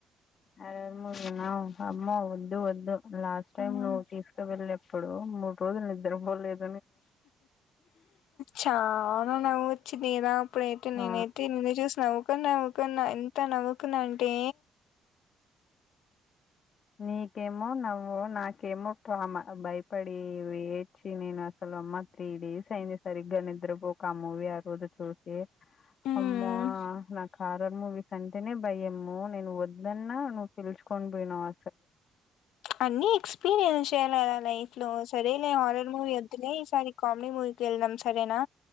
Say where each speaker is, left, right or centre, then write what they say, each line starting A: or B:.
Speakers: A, on the left (about 40°); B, on the left (about 80°).
A: హారర్ మూవీ నా అమ్మ వద్దు వద్దు లాస్ట్ టైమ్
B: మ్మ్.
A: నువ్వు తీసుకువెళ్లే ఇప్పుడు మూడు రోజులు నిద్ద్ర పోలేదు
B: చాల న చిన్నద ఇప్పుడైతే నేనైతే
A: ఆ
B: నిన్న చూసినవవుకన్నావవుకన్నా ఎంత నవ్వు నవ్వుకున్న అంటే
A: నీకేమో నవ్వు నాకేమో ట్రమా భయపడి ఏడ్చి నేను అ అమ్మా త్రీ డేస్ అయింది సార్ ఇగా నిద్రపోక ఆ మూవీ ఆ రోజు చూసి
B: మ్మ్,
A: అమ్మ నాా హారర్ మూవీస్ అంటేనే భయమ్ము నేను వద్దన్నా పిలుచుకొని పోయినావా
B: అన్ని ఎక్స్పీరియన్స్ ఉండాలా లైఫ్ లో సరే నే హార్ర్ మూీ వద్దులే ఈసారి కామెడీ మూవీ క వెళ్దాం సరేనా